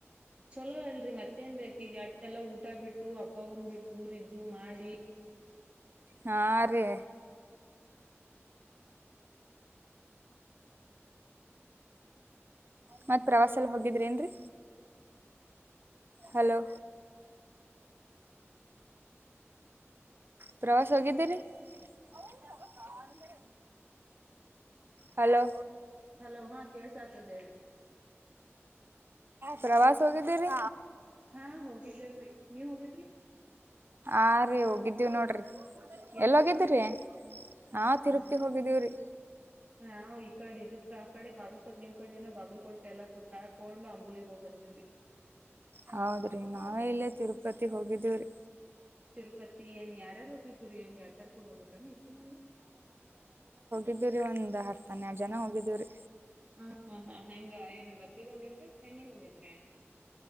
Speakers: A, on the right; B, on the right.
A: ಚಲೋ ಅಲ್ರರಿ ಮತ್ತೇನ್ ಬೇಕ್ ಈಗ ಅಟ್ಟೆಲ್ಲಾ ಊಟ ಬಿಟ್ಟು ಅಪ್ಪವನ್ ಬಿಟ್ಟ ದೂರ ಇದು ಇದ್ದು ಮಾಡಿ
B: ಹಾರೀ ಮತ್ತ ಪ್ರವಾಸಲ್ಲ ಹೋಗಿದ್ರಿ ಏನ್ ರೀ ಹಲೋ ಪ್ರವಾಸ ಹೋಗಿದ್ದಿರಿ <unintelligible> ಹಲೋ
A: ಹಲೋ ಹಾ ಕೇಳ್ಸ ಆತದೆ ಹೇಳರೀ
B: ಪ್ರವಾಸ ಹೋಗಿದ್ದೀ ರೀ
A: ಹಾ ಹೋಗಿದ್ದೇವ್ರಿ ನೀವ್ ಹೋಗಿದ್ರಿ
B: ಆ ರೀ ಹೋಗಿ ಇದ್ದೀವು ನೋಡರಿ
A: ಎಲ್
B: ಎಲ್ಲೋಗಿದ್ದಿರೀ
A: ಹೋಗ್ ಬಂದಿರಿ
B: ಹಾ ತಿರುಪತಿಗೆ
A: ನಾ
B: ಹೋಗಿದ್ದೀವಿ ರೀ
A: ನಾವ್ ಈ ಕಡೆ ಇದಕ್ಕೆ ಆ ಕಡೆ ಬಾಗಲ್ಕೋಟ್ ನಿಮ್ ಕಡೆನ ಬಾಗಲ್ಕೋಟ್ ಎಲ್ಲ ಸುತ್ತಾಕೊಂಡ್ ಅಂಬುಲಿ ಹೋಗ್ ಬಂದೀವ್ರಿ
B: ಹೌದ್ರಿ ನಾವೇ ಇಲ್ಲೇ ತಿರುಪತಿಗೆ ಹೋಗಿದ್ದೀವ್ರಿ
A: ತಿರುಪತಿ ಏನ್ ಯಾರ್ಯಾರು ಹೋಗಿದ್ರು ಏನ್ ಗೆಳೆತಯರ್ ಕೂಡ ಹೋಗಿದ್ರನು ಇಸು ಮಂದಿ
B: ಇದ್ದೀವ್ರರಿ ಒಂದ್ ಹತ್ತ ಹನ್ನೆರಡು ಜನ ಹೋಗಿದ್ದೀವ್ರರಿ
A: ಹ ಹಾ ಹಾ ಹೆಂಗ ಏನು ಬಸ್ಸಿಗೆ ಹೋಗಿದ್ರೆ ಟ್ರೈನಿಿಗೆ ಹೋಗಿದ್ರೆ